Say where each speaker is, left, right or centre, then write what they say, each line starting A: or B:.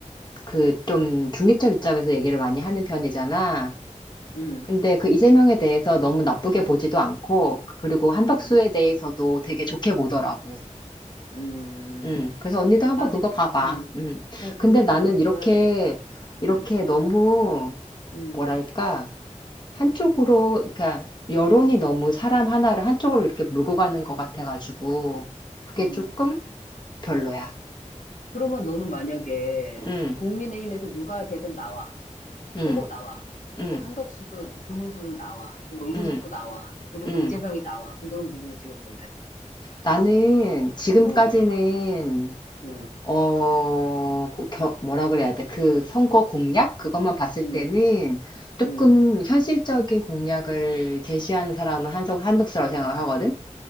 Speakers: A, on the left; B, on the left.
A: 그 좀 중립적 입장에서 얘기를 많이 하는 편이잖아.
B: 음,
A: 근데 그 이재명에 대해서 너무 나쁘게 보지도 않고, 그리고 한덕수에
B: 음,
A: 대해서도 되게 좋게 보더라고.
B: 음.
A: 음, 그래서 언니도 한번
B: 나 아직,
A: 그거 봐봐.
B: 음.
A: 음.
B: 그래, 그
A: 근데
B: 부분
A: 나는
B: 좀 보여야
A: 이렇게,
B: 되겠다. 음,
A: 이렇게 너무,
B: 음,
A: 뭐랄까, 한쪽으로, 그러니까, 여론이 너무 사람 하나를 한쪽으로 이렇게 몰고 가는 것 같아가지고, 그게
B: 음.
A: 조금 별로야.
B: 그러면 너는 만약에
A: 음,
B: 국민의힘에서 누가 되든 나와.
A: 음,
B: 후보 나와. 그게
A: 음,
B: 한덕수든 김문수든 나와. 뭐 이준석도
A: 음,
B: 나와. 그리고
A: 음.
B: 이재명이 나와. 그럼 넌 누구 찍을 건데?
A: 나는 지금까지는
B: 응, 응,
A: 어, 그 겨- 뭐라 그래야 돼? 그 선거 공약? 그것만 봤을
B: 응,
A: 때는 조금
B: 응,
A: 현실적인 공약을 제시하는 사람은 한석, 한덕수라고 생각을 하거든?